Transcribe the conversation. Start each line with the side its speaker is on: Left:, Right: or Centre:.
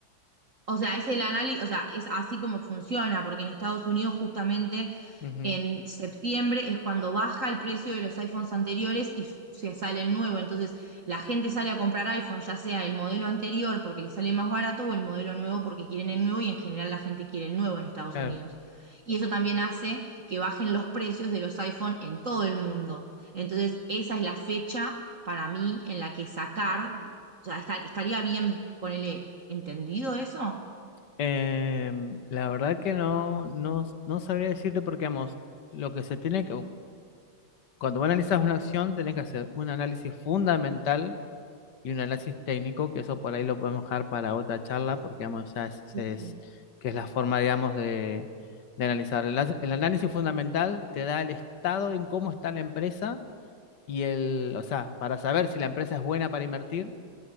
Right: O sea, es el análisis, o sea, es así como funciona, porque en Estados Unidos justamente
Left: Ujú,
Right: en septiembre es cuando baja el precio de los iPhones anteriores y s- se sale el nuevo. Entonces, la gente sale a comprar iPhone, ya sea el modelo anterior porque le sale más barato o el modelo nuevo porque quieren el nuevo y en general la gente quiere el nuevo en Estados
Left: claro.
Right: Unidos. Y eso también hace que bajen los precios de los iPhone en todo el mundo. Entonces, esa es la fecha para mí en la que sacar, o sea, esta- estaría bien, ponerle, ¿entendido eso?
Left: Em, la verdad que no, no, no sabría decirte porque, vamos, lo que se tiene que, cuando vos analizas una acción, tenés que hacer un análisis fundamental y un análisis técnico, que eso por ahí lo podemos dejar para otra charla, porque, vamos, ya es,
Right: Ok.
Left: es- que es la forma, digamos, de, de analizar. El, as- el análisis fundamental te da el estado en cómo está la empresa y el, o sea, para saber si la empresa es buena para invertir